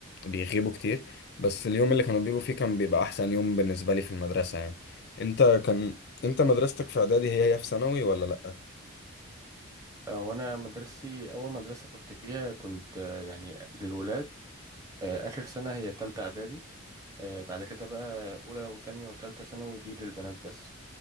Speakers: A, on the left; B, on the right.
A: بيغيبوا كتير بس اليوم اللي كانوا بيجوا فيه كان بيبقى احسن يوم بالنسبه لي في المدرسه يعني انت كان انت مدرستك في اعدادي هي هي في ثانوي ولا لا
B: آه وأنا مدرستي أول مدرسة كنت فيها كنت آه يعني للولاد آه آخر سنة هي تالتة إعدادي آه بعد كده بقى أولى وتانية وتالتة ثانوي دي للبنات بس